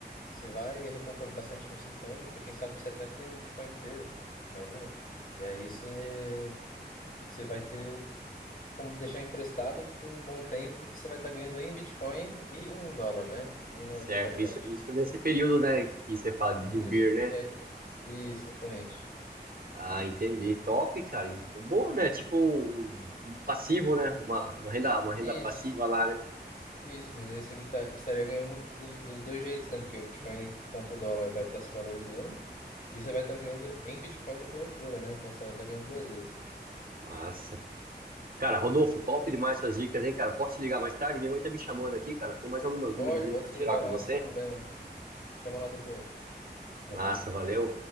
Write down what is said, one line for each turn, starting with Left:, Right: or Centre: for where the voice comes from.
Left: você vai e recompra bastante uns 50, quem sabe você até tem Bitcoin inteiro, pô, imagina. E aí você, você vai ter como deixar emprestado por um bom tempo, que você vai estar ganhando em Bitcoin e em dólar, né? E na
Right: Certo,
Left: outra paridade.
Right: isso, isso nesse período, né, que você fala do
Left: Isso,
Right: BIR, né?
Left: e aí- isso, exatamente.
Right: Ah, entendi. Top, cara. Boa, né? Tipo um, um passivo, né? Uma, uma renda, uma renda
Left: Isso,
Right: passiva lá, né?
Left: isso, mas aí você tá- estaria ganhando dos, dos dois jeitos, né? Porque o Bitcoin contra o dólar vai estar se valorizando e você vai estar ganhando em Bitcoin da corretora, né? Então você vai estar ganhando duas vezes.
Right: Massa. Cara, Rodolfo, top demais essas dicas, hein, cara? Posso te ligar mais tarde? Minha mãe tá me chamando aqui, cara. Tem mais algumas dúvidas
Left: Pode,
Right: ainda
Left: pode
Right: pra
Left: sim,
Right: tirar
Left: vai
Right: com
Left: lá,
Right: você?
Left: sem problema. Chama lá depois. Valeu.
Right: Massa, valeu.